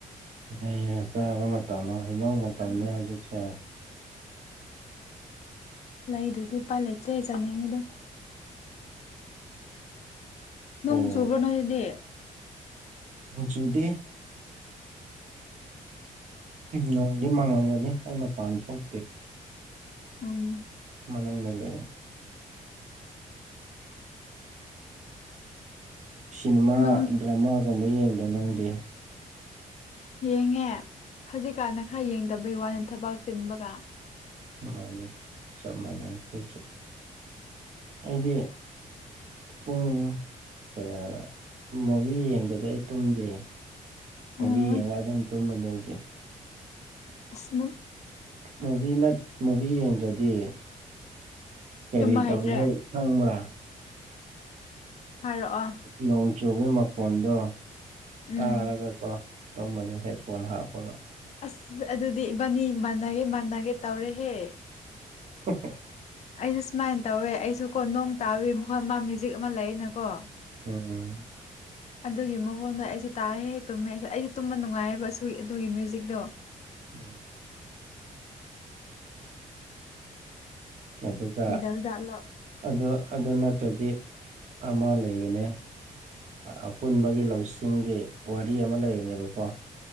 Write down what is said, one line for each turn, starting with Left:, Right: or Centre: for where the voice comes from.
Right: ꯑꯩꯅ ꯆꯥꯕ ꯃꯇꯝꯗ ꯍꯩꯅꯧ ꯃꯇꯝꯅꯤꯅꯦ ꯍꯧꯖꯤꯛ ꯁꯥꯏ
Left: ꯂꯩꯗꯨꯗꯤ ꯎꯄꯥꯏ ꯂꯩꯇ꯭ꯔꯦ ꯆꯥꯅꯤꯡꯕꯗꯣ ꯅꯣꯡ
Right: ꯑꯣ
Left: ꯆꯨꯕ꯭ꯔꯣ ꯅꯣꯏꯗꯤ
Right: ꯆꯨꯗꯦ ꯅꯣꯡꯗꯤ ꯃꯥꯡꯉꯝꯒꯅꯤ ꯑꯩ ꯃꯄꯥꯟ ꯊꯣꯛꯇꯦ
Left: ꯎꯝ
Right: <unintelligible> ꯁꯤꯅꯦꯃꯥ
Left: ꯅꯣꯡ
Right: ꯗ꯭ꯔꯃꯥꯒꯨꯝꯕ ꯌꯦꯡꯗꯣ ꯅꯪꯗꯤ
Left: ꯌꯦꯡꯉꯦ ꯍꯧꯖꯤꯛꯀꯥꯟꯅ ꯈꯔ ꯌꯦꯡꯗꯕꯩ ꯋꯥꯅꯦ ꯊꯕꯥꯛ ꯆꯤꯟꯕꯒ
Right: ꯃꯥꯅ ꯆꯞ ꯃꯥꯟꯅꯩ ꯑꯩꯈꯣꯏꯁꯨ ꯑꯩꯗꯤ ꯄꯨꯡ ꯀꯌꯥꯗ ꯃꯨꯚꯤ ꯌꯦꯡꯗꯗꯤꯦ ꯑꯩ ꯇꯨꯝꯗꯦ ꯃꯨꯕꯤ
Left: ꯎꯝ
Right: ꯌꯦꯉꯥ ꯑꯗꯨꯝ ꯇꯨꯝꯕꯅꯦ ꯑꯩꯗꯤ
Left: ꯑꯁ ꯃꯨꯛ
Right: ꯨꯃꯨꯚꯤ ꯅꯗꯤ ꯃꯨꯚꯤ ꯌꯦꯡꯗ꯭ꯔꯗꯤ ꯀꯔꯤ
Left: ꯇꯨꯝꯕ
Right: ꯇꯧꯔꯤ
Left: ꯍꯩꯇ꯭ꯔꯦ
Right: ꯍꯥꯏ ꯈꯪꯕ꯭ꯔꯥ
Left: ꯍꯥꯏꯔꯛꯑꯣ
Right: ꯅꯣꯡꯆꯨꯒꯤ ꯃꯣꯟꯗꯣ
Left: ꯎꯝ
Right: ꯇꯥꯔꯒꯀꯣ ꯇꯨꯝꯕꯅꯤ ꯍꯦꯠ ꯐꯣꯐꯣꯅ ꯍꯥꯄꯒ
Left: ꯑꯁ ꯑꯗꯨꯗꯤ ꯏꯕꯥꯅꯤ ꯃꯥꯟꯅꯒꯦ ꯃꯥꯟꯅꯒꯦ ꯇꯧꯔꯦꯍꯦ
Right: ꯎ
Left: ꯑꯩꯁꯨ ꯁꯨꯃꯥꯏꯅ ꯇꯧꯋꯦ ꯑꯩꯁꯨ ꯀꯣ ꯅꯣꯡ ꯇꯥꯕꯤ ꯃꯈꯣꯏ ꯃꯥ ꯃ꯭ꯌꯨꯖꯤꯛ ꯑꯃ ꯂꯩꯅꯀꯣ
Right: ꯎꯝ
Left: ꯑꯗꯨꯒꯤ ꯃꯈꯣꯟꯗ ꯑꯩꯁꯨ ꯇꯥꯔꯦ ꯍꯦꯛ ꯇꯨꯝꯃꯦ ꯑꯩꯁꯨ ꯑꯩꯗꯤ ꯇꯨꯝꯕ ꯅꯨꯡꯉꯥꯏꯌꯦꯕ ꯑꯗꯨꯒꯤ ꯃ꯭ꯌꯨꯖꯤꯛꯇꯣ
Right: ꯍꯝ ꯑꯗꯨꯒ
Left: ꯂꯤꯔꯕꯖꯥꯠꯂꯣ
Right: ꯑꯗꯨ ꯑꯗꯨ ꯅꯠꯇ꯭ꯔꯗꯤ ꯑꯃ ꯂꯩꯕꯅꯦ ꯑꯄꯨꯟꯕꯒꯤ ꯂꯧꯁꯤꯡꯒꯤ ꯋꯥꯔꯤ ꯑꯃ ꯂꯩꯕꯅꯦꯕꯀꯣ